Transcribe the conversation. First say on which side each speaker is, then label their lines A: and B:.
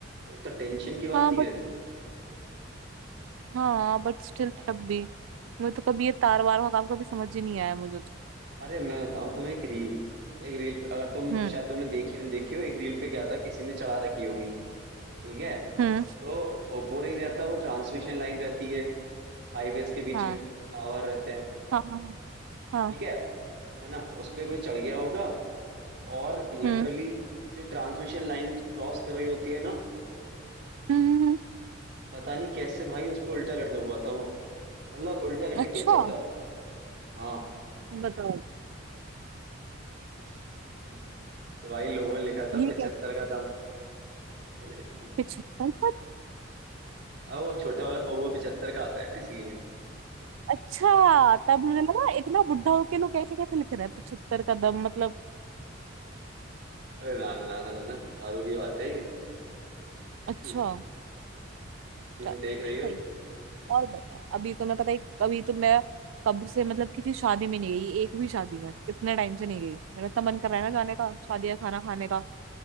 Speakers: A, on the right; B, on the right.
A: तो इतना टेंशन की बात
B: हाँ
A: नहीं
B: बट
A: रहती
B: हाँ बट स्टिल तब भी मुझे तो कभी ये तार वार का काम कभी समझ ही नहीं आया मुझे तो
A: अरे मैं बताऊं तुम्हें एक रील एक रील अगर तुम
B: हम्म
A: शायद तुमने देखी हो देखी हो एक रील पे क्या था किसी ने चढ़ा रखी होगी ठीक है
B: हम्म
A: तो वो नहीं रहता वो ट्रांसमिशन लाइन रहती है हाईवेज के बीच
B: हाँ
A: में टावर रहते हैं
B: हाँ हाँ हाँ
A: ठीक है है ना उस पे कोई चढ़ गया होगा और लिटरली
B: हम्म
A: जो ट्रांसमिशन लाइन क्रॉस कर रही होती है ना
B: हम्म हम्म, हम्म,
A: पता नहीं कैसे भाई उस पर उल्टा लटका हुआ था वो मतलब उल्टा लटक
B: अच्छा
A: के चल रहा था हाँ
B: बताओ
A: <laughs> तो भाई लोगों ने लिखा था
B: ये
A: पिचहत्तर
B: क्या
A: का दम <laughs>
B: पिछहत्तर
A: अब वो छोटा वाला पौवा पिचहत्तर का आता है ना इसलिए
B: अच्छा तब मुझे लगा इतना बुढ़ा होके लोग कैसे कैसे लिख रहे हैं पिछहत्तर कदम मतलब
A: अरे ना ना ना ना ना दारू की बात है ये
B: अच्छा
A: हम्म
B: चलो
A: देख रही हो
B: सही और बता अभी तो मैं पता है कभी तो मैं कब से मतलब किसी शादी में नहीं गई एक भी शादी में इतने टाइम से नहीं गई मेरा इतना मन कर रहा है ना जाने का शादी या खाना खाने का